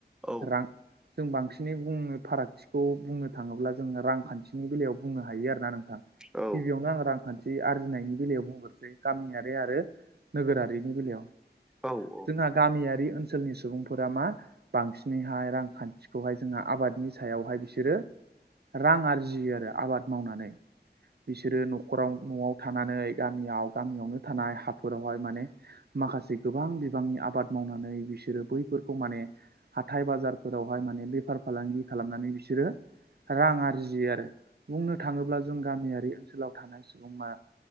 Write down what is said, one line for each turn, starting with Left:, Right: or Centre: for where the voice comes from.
Centre: औ
Right: रां जों बांसिनै बुंनो फारागथि खौ बुंनो थाङोब्ला जोङो रांखान्थिनि बेलायाव बुंनो हायो आरोोना नोंथां
Centre: औ
Right: गिबियावनो आं रां मानसि आरजिनायनि बेलायाव बुंग्रोसै गामियारि आरो नोगोरारिनि बेलायाव
Centre: औ औ
Right: जोंहा गामियारि ओनसोलनि सुबुंफोरा मा बांसिनैहाय रांखान्थिखौहाय जोंहा आबादनि सायावहाय बिसोरो रां आरजियो आरो आबाद मावनानै बिसोरो न'खराव न'आव थानानै गामियाव गामियावनो थानाय हाफोरावहाय माने माखासे गोबां बिबांनि आबाद मावनानै बिसोरो बैफोरखौ माने हाथाय बाजारफोरावहाय माने बेफार फालांगि खालामनानै बिसोरो रां आरजियो आरो बुंनो थाङोब्ला जों गामियारि ओनसोलाव थानाय सुबुं मा